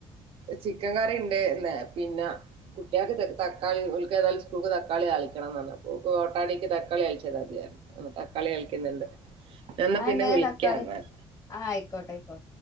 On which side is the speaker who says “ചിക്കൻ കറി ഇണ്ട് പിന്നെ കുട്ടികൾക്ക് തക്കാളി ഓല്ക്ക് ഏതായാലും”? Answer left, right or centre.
Right